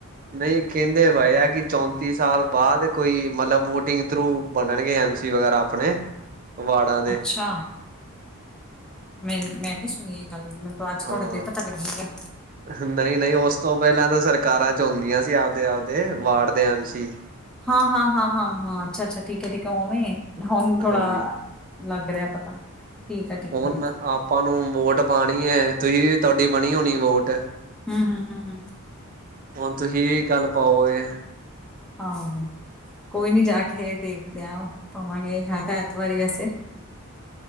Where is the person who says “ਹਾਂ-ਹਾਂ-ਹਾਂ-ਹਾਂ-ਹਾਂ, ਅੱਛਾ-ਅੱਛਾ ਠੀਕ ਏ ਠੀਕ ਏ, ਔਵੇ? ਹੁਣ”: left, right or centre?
Centre